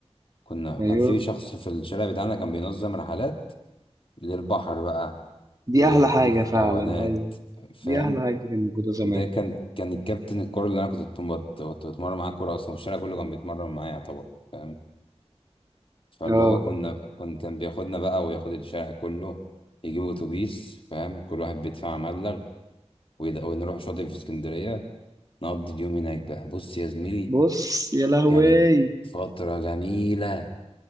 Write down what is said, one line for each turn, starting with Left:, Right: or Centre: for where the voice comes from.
Left: كنا
Right: ايوه
Left: كان في شخص في الشارع بتاعنا كان بينظم رحلات للبحر بقى
Right: دي
Left: لحديقة
Right: احلى حاجة فعلا
Left: الحيوانات
Right: ايوه
Left: فاهم
Right: دي احلى حاجة كانت موجودة زمان
Left: ده كان كان الكابتن الكورة اللي انا كنت بتم- كنت بتمرن معاه كورة اصلا والشارع كله كان بيتمرن معايا يعتبر فاهم فاللي
Right: اه
Left: هو كنا كن كان بياخدنا بقى وياخد الشارع كله يجيب اتوبيس فاهم كل واحد بيدفع مبلغ ويد- ونروح شاطئ في اسكندرية نقضي اليوم هناك بقى بص يا زميلي
Right: بص يا لهوي
Left: كانت فترة جميلة